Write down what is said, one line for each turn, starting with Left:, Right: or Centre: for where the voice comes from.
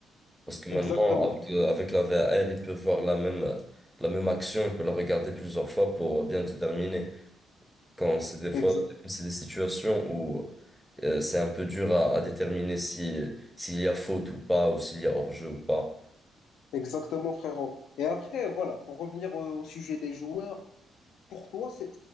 Centre: Parce que
Left: Exactement.
Centre: maintenant, avec, le- avec la VAR, ils peuvent voir la même, la même action, ils peuvent la regarder plusieurs fois pour bien déterminer. Quand c'est des fois,
Left: Exa-
Centre: c'est des situations où euh, c'est un peu dur à, à déterminer si, s'il y a faute ou pas, ou s'il y a hors-jeu ou pas.
Left: exactement, frérot. Et après, voilà, pour revenir au au sujet des joueurs, Pour toi, c'est,